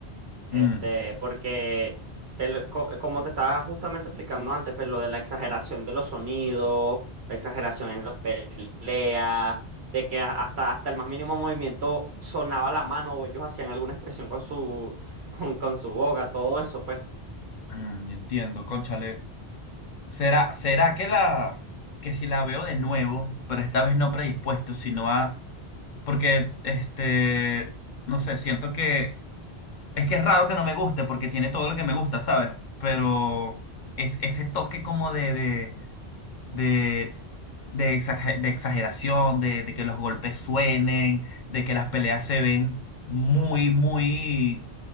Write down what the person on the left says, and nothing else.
Mm,
mm, entiendo, cónchale. ¿Será, será que la, que si la veo de nuevo, pero esta vez no predispuesto, sino a, porque, este, no sé, siento que Es que es raro que no me guste porque tiene todo lo que me gusta, ¿sabes? Pero es ese toque como de, de, de, de, exaja- de exageración, de, de que los golpes suenen, de que las peleas se ven muy, muy,